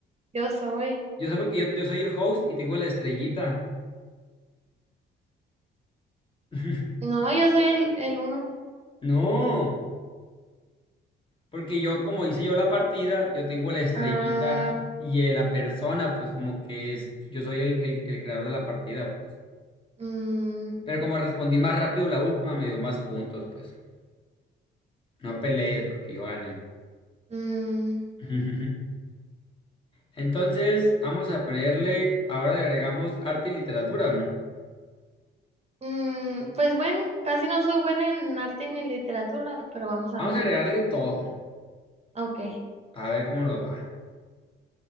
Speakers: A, on the right; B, on the left.
A: Yo soy.
B: Yo solo que yo, yo soy el host y tengo la estrellita. <laughs>
A: No, yo soy el, el uno.
B: No, porque yo, como hice yo la partida, yo tengo la estrellita
A: Ah.
B: y eh, la persona, pues como que es, yo soy el, el, el creador de la partida, pues.
A: Mm,
B: Pero como respondí más rápido la última, me dio más puntos, pues. No pelees porque yo gané.
A: mm,
B: <laughs> Entonces, vamos a ponerle, ahora le agregamos arte y literatura.
A: mm, pues bueno, casi no soy buena en arte ni en literatura, pero vamos a
B: Vamos
A: ver.
B: a agregarle todo,
A: Ok,
B: a ver cómo nos va.